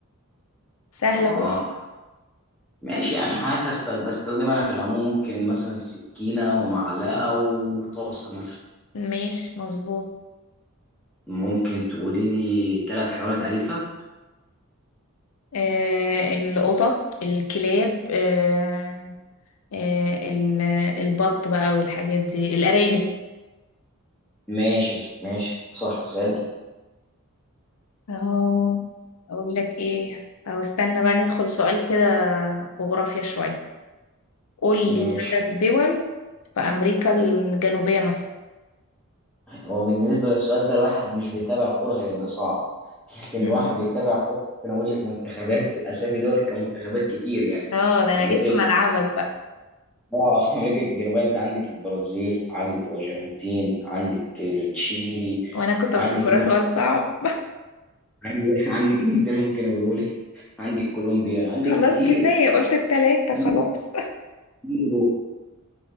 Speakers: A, on the left; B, in the centre.
A: سهلة
B: اه
A: اهو
B: ماشي يعني هات هست- بستخدمها انا في العموم ممكن مثلا سكينه ومعلقه وطاسه مثلا
A: ماشي مظبوط
B: ممكن تقولي لي ثلاث حيوانات اليفه
A: آه، القطط الكلاب آه، آه، ال- البط بقى والحاجات دي الأرانب
B: ماشي ماشي صح سالي
A: أهو أقول لك إيه أو استنى بقى ندخل سؤال كده جغرافيا شوية قول لي
B: ماشي
A: ثلاث دول في أمريكا الجنوبية مثلا
B: هو بالنسبة للسؤال ده الواحد مش بيتابع كورة هيبقى صعب لكن
A: مم.
B: الواحد بيتابع كورة ممكن أقول لك منتخبات أسامي دول كمنتخبات كتير يعني
A: اه ده
B: في
A: أنا
B: أمريكا
A: جيت في ملعبك بقى
B: آه <laughs> أمريكا الجنوبية أنت عندك البرازيل عندك الأرجنتين عندك تشيلي
A: وأنا كنت
B: عندك
A: مفكرة
B: مين
A: سؤال صعب
B: <laughs> عندك مين تاني ممكن أقوله لك عندك كولومبيا
A: <laughs>
B: عندك
A: خلاص
B: كتير
A: كفاية قلت التلاتة
B: كتير
A: خلاص <laughs>
B: كتير.